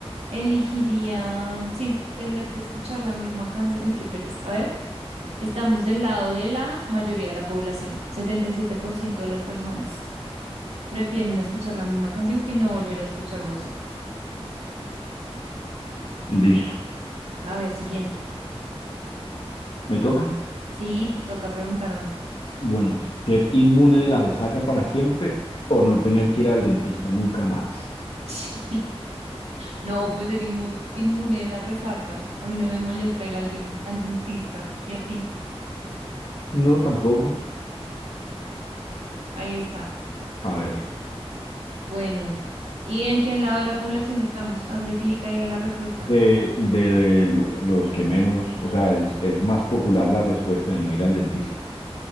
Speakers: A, on the right; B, on the left.
A: elegiría, sí, tener que escuchar la misma canción. Uy, qué pereza. A ver, estamos del lado de la mayoría de la población, 77% de las personas prefieren escuchar la misma canción que no volver a escuchar música.
B: Listo.
A: A ver, siguiente.
B: ¿Me toca?
A: Sí, te toca preguntarme. <laughs>
B: Bueno, ser inmune de la resaca para siempre o no tener que ir al dentista nunca más.
A: Sí. No, pues ser inmu- inmune de la resaca. A mí no me molesta ir al, den- al dentista. ¿Y a ti?
B: No, tampoco.
A: Ahí está.
B: A ver,
A: Bueno. ¿Y en qué lado de la población estamos? Hazle clic ahí a la respuesta.
B: de, de los que menos, o sea, es, es más popular la respuesta de no ir al dentista.